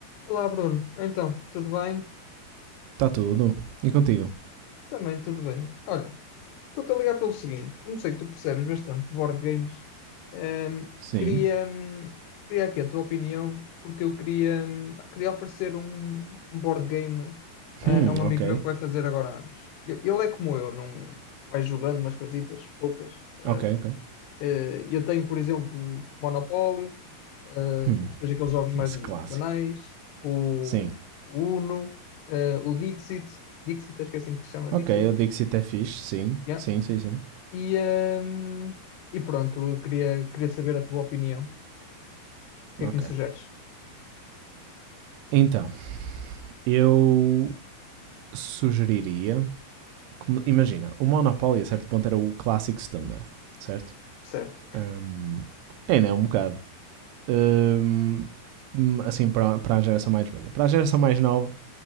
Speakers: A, on the left; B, on the right.
A: Olá, Bruno. Então, tudo bem?
B: Está tudo. E contigo?
A: Também tudo bem. Olha, Estou-te a ligar pelo seguinte, como sei que tu percebes bastante de board games, hum,
B: Sim.
A: queria, hum, queria aqui a tua opinião, porque eu queria, hum, queria oferecer um, um board game ah,
B: Hum,
A: a um
B: ok.
A: amigo meu que vai fazer agora anos. E- Ele é como eu, não vai jogando umas coisitas, poucas. Ah,
B: Ok, ok.
A: eh, eu tenho, por exemplo, Monopólio, ah,
B: Hum,
A: depois aqueles jogos mais
B: esse clássico.
A: banais, o,
B: Sim.
A: o Uno, ah, o Dixit, Dixit, acho que é assim que se chama,
B: Ok,
A: Dixit.
B: eu digo se até fixe. Sim,
A: Yeah.
B: sim, sim, sim.
A: E, hum, e pronto, eu queria, queria saber a tua opinião. O que
B: Ok.
A: é que me sugeres?
B: Então, eu sugeriria. como- Imagina, o Monopoly a certo ponto era o clássico standard, certo?
A: Certo.
B: Hum, ainda é um bocado. Hum, hum, assim, para, para a geração mais velha. Para a geração mais nova,